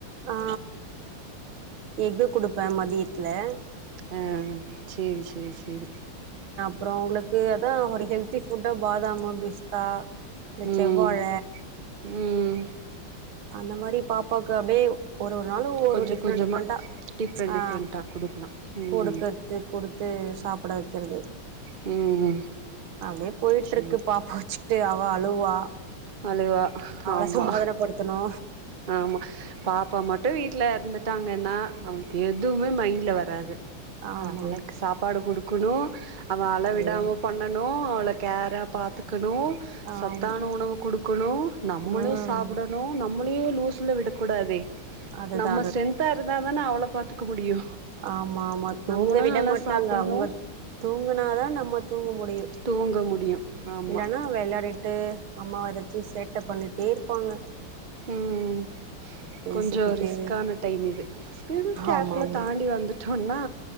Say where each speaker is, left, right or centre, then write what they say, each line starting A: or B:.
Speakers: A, on the right; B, on the right.
A: ஆ எஃகு குடுப்பே மதியத் த்ல
B: ஆ சேரி சேரி சேரி
A: அப்ற உங்களுக்கு அதா ஒரு ஹெல்தி ஃபுட்டா பாதாமு பிஸ்தா இந்த
B: ம்
A: செவ்வாழ
B: ம்
A: அந்த மாரி பாப்பாக்கு அப்டியே ஒரு ஒரு நாளு ஒரு
B: கொஞ்ச
A: டிஃப்ரெண்ட்
B: கொஞ்சமா
A: டிஃப்ரெண்ட்டா
B: டிஃப்ரெண்ட்
A: ஆ
B: டிஃப்ரெண்ட்டா குடுக்கலா ம்
A: கொடுக்கறது கொடுத்து சாப்ட வக்கறது
B: ம்
A: அப்டியே போய்ட்ருக்கு
B: சேரி
A: பாப்பாச்சு து அவ அழுவா
B: அழுவா
A: அவள
B: ஆமா
A: சமாதானப்படுத்தணு
B: ஆமா பாப்பா மட்டு வீட்ல இருந்துட்டாங்கன்னா நம்மளுக்கு எதுவுமே மைண்ட்ல வராது
A: ஆமா
B: அவளக்கு
A: ஆமா
B: சாப்பாடு குடுக்கணு அவ அளவிடாம
A: அதுதா
B: பண்ணணு அவள கேரா பாத்துக்கணு
A: ஆம்
B: சத்தான உணவு குடுக்குணு நம்மளு
A: ம்
B: சாப்டணு நம்மளையு லூஸ்ல விடக்கூடாதே
A: அதுதா
B: நம்ம ஸ்ட்ரென்தா இருந்தா தானே அவ்ள பாத்துக்க முடியு
A: ஆமாமா தூங்க
B: நம்மளு
A: விட
B: நல்லா
A: மாட்டாங்க
B: சாப்பட்ணு
A: அவுங்க தூங்குனாதா நம்ம தூங்க முடியு
B: தூங்க முடியு ஆமா
A: இல்லனா விள்ளரிட்டு அம்மா வர சின்டெக்ஸ் ட்ட பண்ணிட்டே இருப்பாங்க
B: ம் ம்
A: பேசிக்கிட்டு
B: கொஞ்சொ ரிஸ்க்கான டைம் இது ஸ்கின் கேர்லா
A: ஆமா ஆமா
B: தாண்டி வந்துட்டொ ன்னா